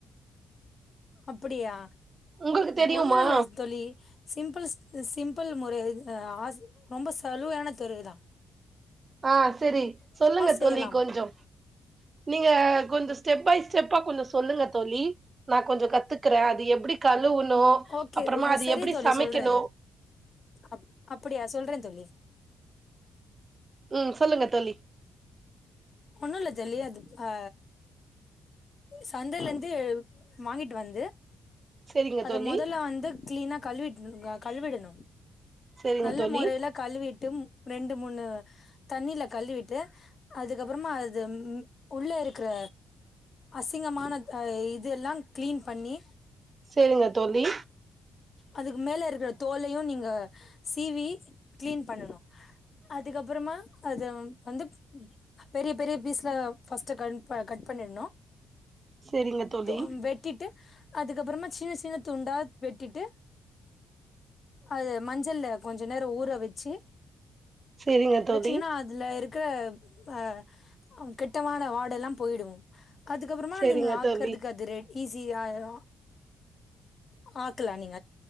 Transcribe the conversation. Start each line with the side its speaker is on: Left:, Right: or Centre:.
Left: அப்படியா
Right: உங்களுக்கு தெரியுமா
Left: ஒன்னுல்ல தொழி சிம்பிள் சிம்பிள் முற அ, ஆஸ் ரொம்ப சலுவயான <unintelligible> தா
Right: ஆஹ் செரி சொல்லுங்க
Left: செய்யலாம்
Right: தோழி கொஞ்சோ, நீங்க கொஞ்சோ ஸ்டெப் பை ஸ்டெப்பா கொஞ்ச சொல்லுங்க தோழி நா கொஞ்சோ கத்துக்கறே அது எப்படி கழுவுணு
Left: ஓகே
Right: அப்புறமா அது
Left: சரி
Right: எப்டி
Left: தோழி
Right: சமைக்கணு
Left: சொல்றே அப் அப்படியா சொல்றே தோழி
Right: உம் சொல்லுங்க தோழி
Left: ஒன்னுல்ல தோழி அது ஆ, சந்தைலருந்து வாங்கிட்டு வந்து
Right: செரிங்க
Left: அத
Right: தோழி
Left: மொதல்ல வந்து கிளீனா கழுவிட் ங் க, கழுவிடனு
Right: செரிங்க
Left: நல்ல
Right: தோழி
Left: மொறைல கழுவிட்டும் ரெண்டு மூணு தண்ணீல கழுவிட்டு அதுக்கப்புறமா அது உள்ள இருக்கிற அசிங்கமான இதுல்லா கிளீன் பண்ணி
Right: செரிங்க தோழி
Left: அதுக்கு மேல இருக்கிற தோல் துலயு நீங்க சவி கிளீன் பண்ணனு அதுக்கப்புறமா அது வந்து பெரிய பெரிய பீஸ்ல பஸ்ட் க கட் பண்ணிடணு
Right: செரிங்க தோழி
Left: தோம் வெட்டிட்டு அதுக்கப்புறமா சின்ன சின்ன துண்டா வெட்டிட்டு அது மஞ்சள்ள கொஞ்ச நேரோ ஊற வெச்சு
Right: செரிங்க தோழி
Left: வெச்சீங்கன்னா அதுல இருக்கு இருக்க அஹ் கெட்டமான வாட எல்லா போயிடு அதுக்கப்புறமா
Right: செரிங்க
Left: நீங்க ஆக்குறதுக்கு
Right: தோழி
Left: அது ரெடி ஈசியாயிரு ஆக்கலா நீங்க